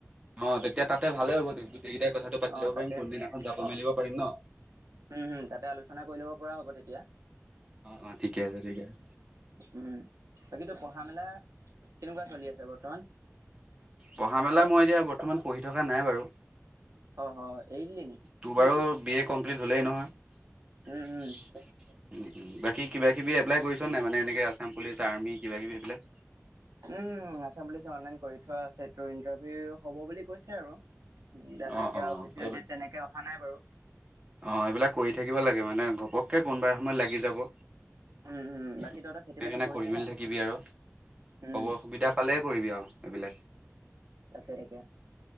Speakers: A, on the right (about 20°); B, on the right (about 80°).
A: অ তেতিয়া তাতে ভালে হ'ব গোটেইকেইটাই কথাটো পাতি
B: অ
A: ল'ব
B: তাতে
A: পাৰিম কোনদিনাখন যাব
B: অ
A: মেলিব পাৰিম ন।
B: উম হুম তাতে আলোচনা কৰি ল'ব পৰা হ'ব তেতিয়া।
A: অ অ ঠিকে আছে, ঠিক আছে।
B: উম বাকীতো পঢ়া-মেলা কেনেকুৱা চলি আছে বৰ্তমান?
A: পঢ়া-মেলা মই এতিয়া বৰ্তমান পঢ়ি থকা নাই বাৰু।
B: অ অ এৰি দিলি নি
A: তোৰ বাৰু বি এ কমপ্লিট হ'লেই নহয়।
B: উম উম
A: বাকী কিবাকিবি এপ্লাই কৰিছ নাই, মানে এনেকৈ আছাম পুলিচ, আৰ্মি কিবা কিবি এইবিলাক?
B: উম আছাম পুলিচ অনলাইন কৰি থোৱা আছে, তোৰ ইণ্টাৰভিউ হ'ব বুলি কৈছে আৰু। জানো
A: অ
B: এতিয়া
A: অ
B: অফিচিয়েল
A: কৰিব
B: তেনেকে অহা নাই বাৰু।
A: অ এইবিলাক কৰি থাকিব লাগে মানে ঘপককে কোনোবা এ সময়ত লাগি যাব।
B: উম উম বাকী
A: সেইকাৰণে
B: তহঁতৰ খেতি বাতি কৰিছে
A: কৰি মেলি
B: নে?
A: থাকিবি আৰু।
B: উম
A: খবৰ অসুবিধা পালে কৰিবি আৰু এইবিলাক।
B: তাকে তাকে